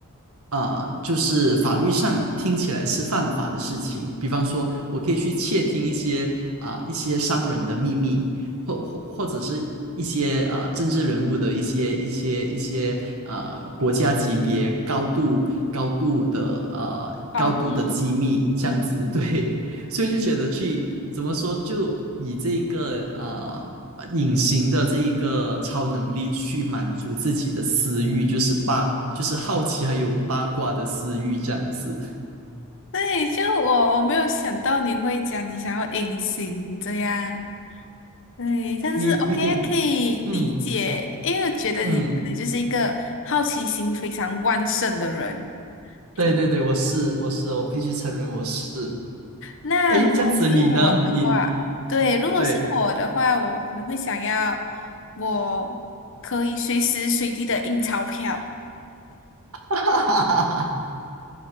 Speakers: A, on the right (about 75°); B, on the left (about 60°).
A: 啊、就是法律上听起来是犯法的事情，比方说我可以去窃听一些啊、一些商人的秘密，或或或者是一些呃政治人物的一些一些一些呃国家级别高度高度的呃高度的机密这样子，
B: 保密，嗯嗯。
A: 对，<laughs> 所以就觉得去怎么说，就以这一个呃。呃隐形的这一个超能力去满足自己的私欲，就是八，就是好奇还有八卦的私欲这样子。
B: 对，就我我没有想到你会讲你想要隐形这样，对，但是
A: 你你你，
B: OK 可以理解，
A: 嗯
B: 因为我觉得你可能就是一个好奇心非常旺盛的人。
A: 嗯，
B: 对，
A: 对对对，我是我是，我必须承认我是。
B: 那如果是我的话，
A: 诶，这样子你呢？你
B: 对，如果是我的话，
A: 对，
B: 我可能会想要我可以随时随地的印钞票。
A: <laughs>